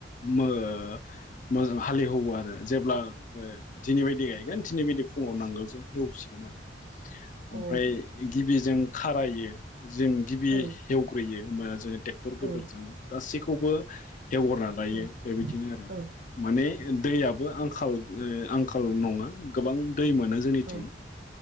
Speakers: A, on the left (about 45°); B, on the right (about 50°).
A: मो मो हालेववो आरो जेब्ला ओ दिनै बदि गायगोन दिनै बायदि फुङाव नांगोलजों हेवसिगोन आरो। ओमफ्राय
B: अ
A: गिबि जों खारायो। जों गिबि
B: औ
A: हेवग्रोयो। होमबाना जोङो। ट्रेक्टर गोदोरजों
B: औ
A: गासैखौ। खौबो। हेवगोरना लायो
B: औ
A: बेबायदिनो आरो
B: औ
A: माने दैयाबो आंखाल ओ आं खाल नङा गोबां। दै मोनो जोंनिथिं
B: औ